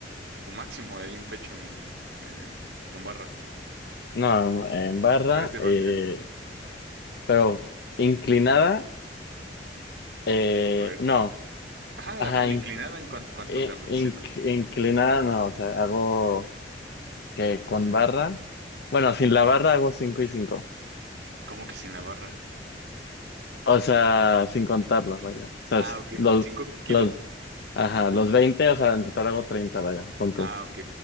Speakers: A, on the right (about 75°); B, on the left (about 65°).
A: tu máximo ahí en pecho en, en- con barra?
B: No, no, en barra,
A: Press de banca,
B: eh,
A: ajá.
B: pero inclinada, eh,
A: A ver.
B: no,
A: Ajá,
B: ajá,
A: a ver la
B: inc-
A: inclinada, ¿en cuánto, cuánto
B: in-
A: te andas
B: inc-
A: haciendo?
B: inclinada, no, o sea, hago que con barra, bueno, sin la barra hago 5 y cinco
A: ¿Cómo que sin la barra?
B: o sea, sin contarlas, vaya, o sea,
A: Ah,
B: si-
A: ok.
B: los,
A: ¿Cinco kilos?
B: los, ajá, los veinte o sea, en total hago treinta vaya, pon tú.
A: Ah, ok.